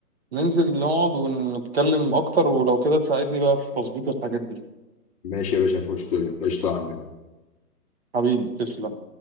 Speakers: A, on the right; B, on the left.
A: ننزل نقعد ونتكلم اكتر ولو كده تساعدني بقى في تظبيط الحاجات دي
B: ماشي يا باشا مفيش مشكله قشطه يا عم
A: حبيبي تسلم